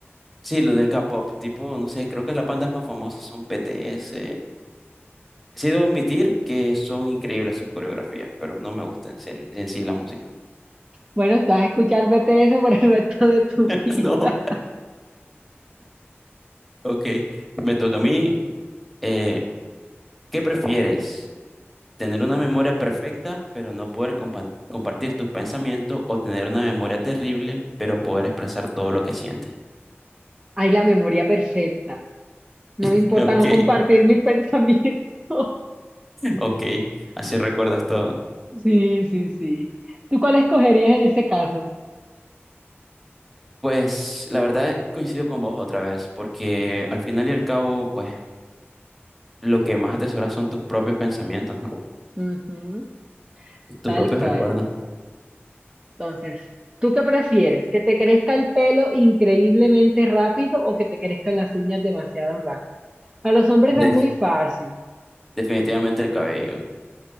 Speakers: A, in the centre; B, on the right (about 20°).
A: Sí, lo del K-pop, tipo, no sé, creo que las bandas más famosas son BTS. Sí, debo admitir que son increíbles sus coreografías, pero no me gusta en serio, en sí la música.
B: Bueno, vas a escuchar BTS por el resto de tu
A: <laughs>
B: <laughs> vida.
A: No, ok, me toca a mí. Eh, ¿qué prefieres? ¿Tener una memoria perfecta, pero no poder compa- compartir tus pensamientos, o tener una memoria terrible, pero poder expresar todo lo que sientes?
B: hay la memoria perfecta. No me
A: <laughs>
B: importa
A: Ok.
B: no compartir mis pensamientos. <laughs>
A: Ok, así recuerdas todo.
B: Sí, sí, sí. ¿Tú cuál escogerías en ese caso?
A: Pues la verdad coincido con vos otra vez, porque al final y al cabo, pues lo que más atesoras son tus propios pensamientos, ¿no?
B: Ujú,
A: Tus
B: tal
A: propios
B: cual.
A: recuerdos.
B: Entonces, ¿tú qué prefieres? ¿Que te crezca el pelo increíblemente rápido o que te crezcan las uñas demasiado rápido? A los hombres
A: De-
B: es muy fácil.
A: definitivamente el cabello.